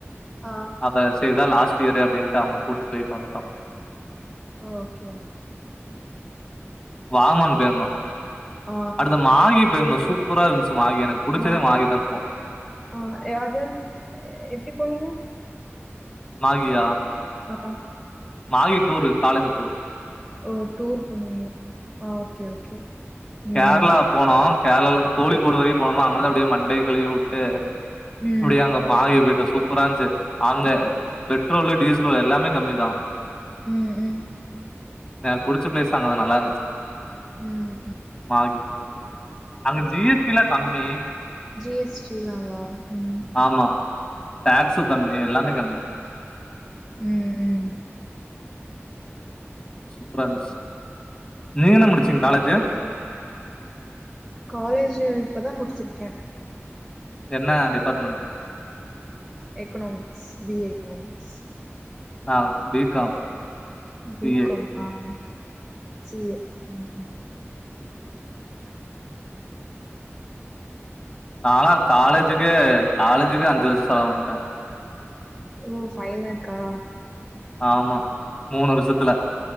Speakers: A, in the centre; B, on the left (about 25°).
A: ஆ
B: அப்ப செய்இதா லாஸ்ட் இயரு அப்படின்ட்டு அவங்க கூப்பிட்டு போயிட்டு வந்துட்டோம்
A: ஓகே ஓகே
B: வாமன் போயிர்ந்தோ
A: ஆ
B: அடுத்த மாகி போயிருந்தோ சூப்பர இருந்துச்சு மாகி எனக்கு பிடிச்சதே
A: மா
B: மாகி தா போ
A: ஆ எ- அது எப்டி போனீங்க
B: மாகியா
A: ஆ
B: மாஹி டூரு காலேஜு டூரு
A: ஓ டூரு போண்ணி ஆ ஓகே ஓகே ம்
B: கேர்ளா போனோ கேர்ளால இந்த் கோழிகோடு வரயோ போனோமா அங்கதா அப்டியே மண்டம கழுவி வுட்டு
A: ம்
B: அப்டியாங்க மாகிவிட்டு சூப்பரான்ச்சு அங்க பெட்ரோலு டீசலோ எல்லாமே கம்மிதா
A: உம் உம்
B: எனக்கு புடிச்ச ப்ளேஸு அங்கதா நல்லா இந்துச்சு
A: உம்
B: மாகி அங்க ஜிஎஸ்டிலா கம்மி
A: ஜி எஸ் டி லாவா ம்
B: ஆமா டேக்ஸும் கம்மி எல்லாமே கம்மி
A: உம் உம்
B: சுப்ரா இருந்துச்சி நீங்க என்ன முடிச்சீங்க காலேஜு
A: காலேஜு இப்பதா முடிச்சிருக்க
B: என்னா department
A: economics B A economics
B: நா B com
A: B
B: C A
A: com ஆமா சி ஏ ம் ம்
B: நாளா காலேஜுக்கே காலேஜுக்கே அஞ்சு லட்சோ செலவு பண்ட்டே
A: ஓ ஃபை லாக்கா
B: ஆமா மூணு வர்ஷத்துல